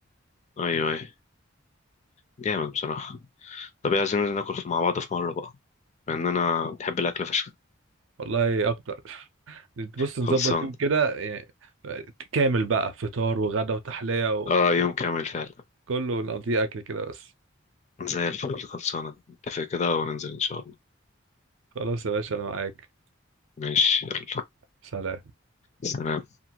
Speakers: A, on the left; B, on the right.
A: أيوه أيوه جامد بصراحة طب ايه عايزين ناكل مع بعض في مرة بقى لأن أنا بحب الأكل فشخ
B: والله اكتر بص نظبط
A: خلصان
B: يوم كده يعني كامل بقى فطار وغدا وتحلية
A: اه يوم كامل فعلا
B: وكله نقضيه اكل كده بس
A: زي الفل خلصانة نتفق كده وننزل إن شاء الله
B: خلاص يا باشا انا معاك
A: ماشي يلا
B: سلام
A: سلام